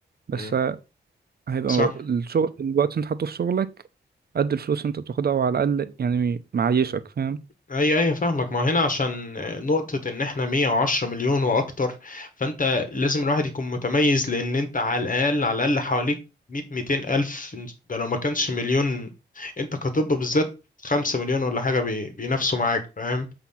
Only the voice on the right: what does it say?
بس
هيبقى
الشغل الوقت اللي انت حاطه في شغلك قد الفلوس اللي انت بتاخدها او على الاقل يعني معيشك فاهم